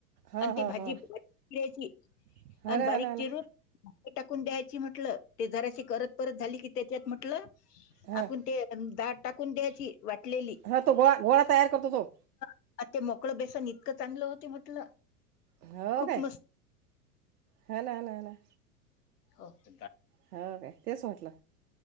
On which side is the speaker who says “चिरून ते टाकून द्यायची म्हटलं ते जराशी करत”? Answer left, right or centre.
Left